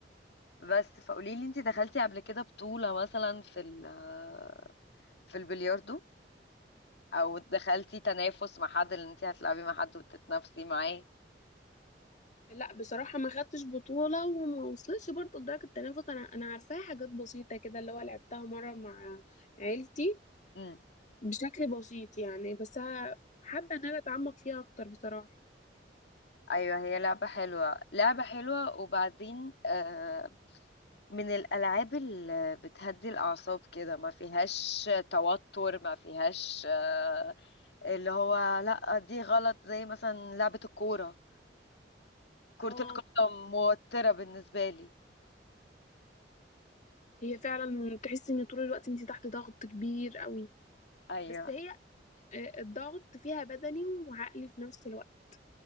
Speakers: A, on the left (about 70°); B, on the left (about 45°).
A: بس فقوليلي انتي دخلتي قبل كده بطولة مثلا في ال آه، في البلياردو او دخلتي تنافس مع حد اللي انتي هتلعبي مع حد وتتنافسي معاه
B: لا بصراحة ما خدتش بطولة وما وصلتش برضه لدرجة التنافس أنا أنا عارفاها حاجات بسيطة كده اللي هو لعبتها مرة مع عيلتي
A: امم
B: بشكل بسيط يعني بس ه- حابة إن أنا أتعمق فيها أكتر بصراحة
A: ايوه هي لعبة حلوة لعبة حلوة وبعدين آه، من الالعاب اللي بتهدي الاعصاب كده ما فيهاش توتر ما فيهاش آه، اللي هو لا دي غلط زي مثلا لعبة الكورة كرة
B: اه
A: القدم موترة بالنسبة لي
B: هي فعلا تحس إن طول الوقت أنت تحت ضغط كبير قوي
A: ايوه
B: بس هي آه، الضغط فيها بدني وعقلي في نفس الوقت